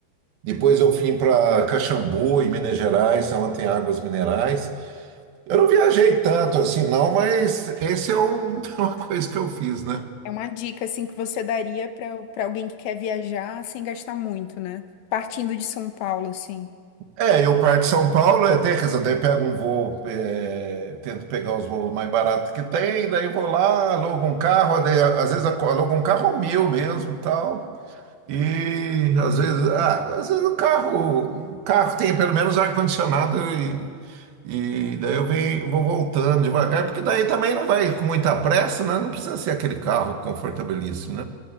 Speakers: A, on the right; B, on the left.
A: depois eu vim para Caxambu, em Minas Gerais, onde tem águas minerais. Eu não viajei tanto assim, não, mas esse é um- <laughs> uma coisa que eu fiz, né?
B: é uma dica assim que você daria para para alguém que quer viajar sem gastar muito, né? Partindo de São Paulo, assim.
A: É, eu parto de São Paulo, é, tem, quer dizer, daí pego um voo, é, tento pegar os voos mais baratos que tem, daí vou lá, alugo um carro, daí, às vezes aco- alugo um carro meu mesmo, tal. E às vezes, ah, às vezes o carro, o carro tem pelo menos ar-condicionado e, e daí eu venho, vou voltando devagar, porque daí também não vai com muita pressa, né? Não precisa ser aquele carro confortabilíssimo,